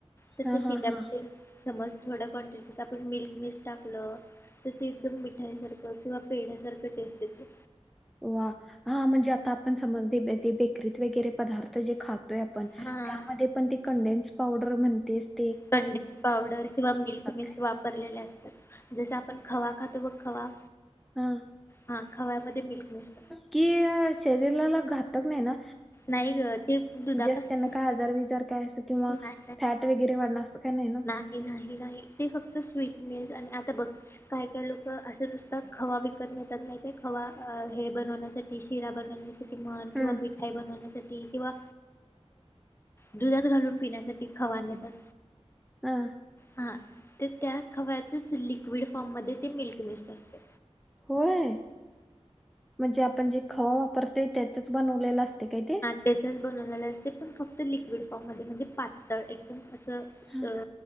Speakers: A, on the left; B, in the centre.
A: तर
B: हा
A: ते शीरा
B: हा हा
A: मध्ये समज थोड्या कॉन्टिटीत आपण मिल्क मिस टाकलं तर ते एकदम मिठाईसारखं किंवा पेढ्यासारखं टेस्ट येते
B: वा हा म्हणजे आता आपण समज बेकरीत वगैरे पदार्थ जे खात त्यामध्ये
A: हा
B: पण त कंडेनस पावडर म्हणतीस
A: कंडेनस पावडर किंवा मिल्क मिस्ट
B: काय
A: वापरलेले असतात जस आपण खवा खातो बघ खवा
B: हा
A: हा खव्यामध्ये मिल्क नस
B: कि शरीराला घातक नाही ना
A: नाही ग ते दुधापासून
B: जे अस त्यांना काय आजार विजार काय असं किंवा
A: नाही
B: फॅट वगैरे वाढणं असं काही नाही ना
A: ये नाही, नाही ते फक्त स्वीटनेस आणि आता बघ काही, काही लोक असे नुसत खवा विकत नेतात नाही ते खवा हे बनवण्यासाठी शिरा बनवण्यासाठी मन
B: हम्म
A: किंवा मिठाई बनवण्यासाठी किंवा दुधात घालून पिण्यासाठी खावा नेतात
B: हा
A: हा तर त्या खव्याचच लिक्विड फॉर्म मध्ये ते मिल्क मिस्ट असतय
B: होय! म्हणजे आपण जे खवा वापरतोय त्याचच बनवलेलं असते काय ते?
A: त्याचाच बनवलेला असते पण फक्त लिक्विड फर्म मध्ये म्हणजे पातळ एकदम
B: हम्म
A: अ